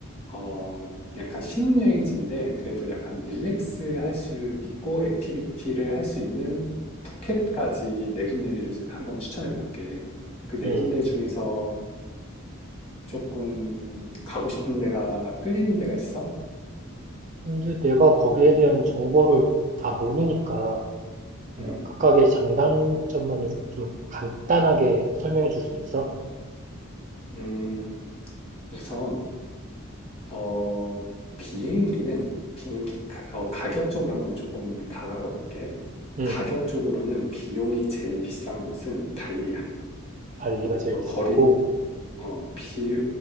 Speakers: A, on the left; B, on the right.
A: 어, 약간 신혼여행지인데 그래도 약간 릴렉스 할 수 있고 액티비티를 할 수 있는 푸켓까지 네 군데를 한번 추천해 볼게. 그 네
B: 음.
A: 군데 중에서 조금 가고 싶은 데가 끌리는 데가 있어?
B: 근데 내가 거기에 대한 정보를 다 모르니까, 어,
A: 음,
B: 각각의 장단점만 이렇게 좀 간단하게 설명해 줄 수 있어?
A: 음, 우선 어, 비행기는 비행기 가, 어, 가격 쪽으로 한번 조금 다가가 볼게.
B: 응
A: 가격 쪽으로는 비용이 제일 비싼 곳은 발리야.
B: 발리가 제일
A: 뭐
B: 비싸고,
A: 거리 어, 비,